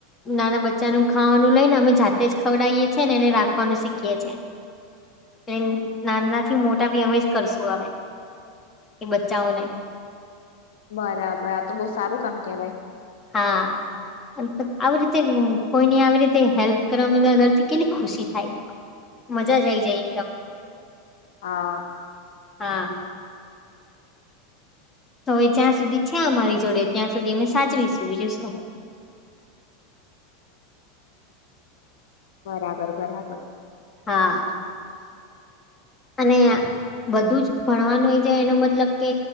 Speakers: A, on the left; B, on the left.
A: નાના બચ્ચાનું ખાવાનું લઈ ને અમે જાતે જ ખવડાઈએ છે ને એને રાખવાનું શીખીએ છીએ
B: <inaudible>
A: એ નાનાથી મોટા ભી અમે જ કરશું આવે એ બચ્ચાઓને.
B: બરાબર આ તો બહુ સારું કામ કેવાય.
A: હા <unintelligible> આવી રીતે કોઈની આવી રીતે હેલ્પ કરવાવામાં અંદરથી કેટલી ખુશી થાય. મજા જ આઈ જાય એકદમ
B: હા
A: હા. હવે જ્યાં સુધી છે અમારી જોડે ત્યાં સુધી અમે સાચવીશું બીજું શું
B: <inaudible> બરાબર બરાબર
A: હા. અને બધું જ ભણવાનું હોય જાય એનો મતલબ કે